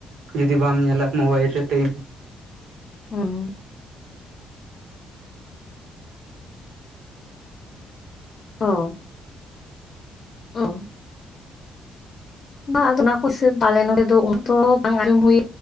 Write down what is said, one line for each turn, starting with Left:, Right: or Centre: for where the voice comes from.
Right: ᱡᱩᱫᱤ ᱵᱟᱢ ᱧᱮᱞᱟ᱾ ᱢᱳᱵᱟᱭᱤᱞ ᱨᱮ ᱴᱟᱹᱭᱤᱢ
Left: ᱦᱩᱸ ᱚ, ᱚ, ᱵᱟ ᱟᱫᱚ ᱚᱱᱟ ᱠᱚ ᱥᱮ ᱵᱟᱞᱮ ᱱᱚᱰᱮ ᱫᱚ ᱩᱱᱟᱹᱜ ᱫᱚ ᱵᱟᱝ ᱟᱡᱚᱢ ᱦᱩᱭ